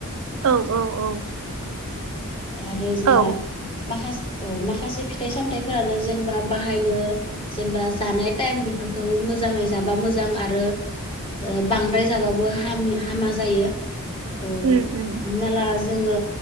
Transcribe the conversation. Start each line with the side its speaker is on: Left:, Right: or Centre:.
Right: औ औ औ।
Left: आरो जेनबा
Right: औ
Left: माखासे ओ माखासे फिथाइ- सामथाइफोरानो जेनेबा बाहायनो जेनेबा जानाय टाइम बेफोरखौ मोजाङै जाबा मोजां आरो ओ बांद्राय जाबाबो हामि हामा जायो। ओ
Right: उम उम
Left: हमना ला जोङो